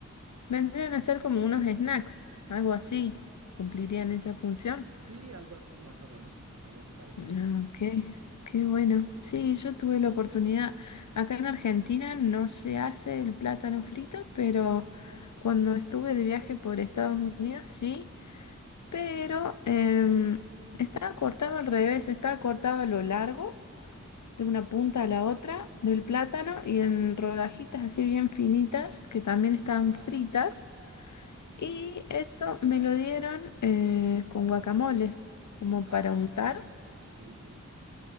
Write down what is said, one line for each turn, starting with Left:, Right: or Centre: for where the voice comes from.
Left: Vendrían a ser como unos snacks, algo así. ¿Cumplirían esa función?
Right: Sí, algo así más o menos. Algo así parecido.
Left: Ah, Ok, qué bueno. Sí, yo tuve la oportunidad. Acá en Argentina no se hace el plátano frito, pero cuando estuve de viaje por Estados Unidos sí, pero em, estaba cortado al revés, estaba cortado a lo largo de una punta a la otra del plátano y en rodajitas así bien finitas que también estaban
Right: Ajá.
Left: fritas.
Right: Sí.
Left: Y eso me lo dieron eh, con guacamole, como
Right: Ajá.
Left: para untar.
Right: Sí, sí.